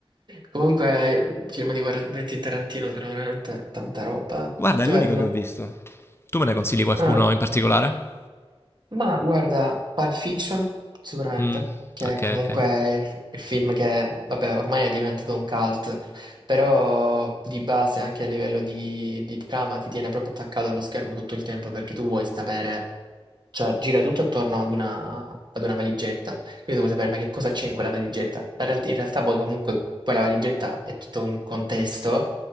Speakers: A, on the right; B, on the left.
A: Comunque, film di Guar- Quentin Tarantino sono veramente tanta roba.
B: Guarda,
A: Cioè,
B: è l'unico
A: non...
B: che ho visto. Tu me ne consigli qualcuno
A: ah.
B: in particolare?
A: Ma guarda, Pulp Fiction, sicuramente,
B: Mm,
A: che
B: ok,
A: è comunque
B: ok.
A: il, il film che, vabbè, ormai è diventato un cult, però di base anche a livello di, di trama ti tiene proprio attaccato allo schermo tutto il tempo perché tu vuoi sapere, cioè gira tutto attorno ad una, ad una valigetta, quindi tu vuoi sapere ma che cosa c'è in quella valigetta. La realtà- in realtà poi comunque quella valigetta è tutto un contesto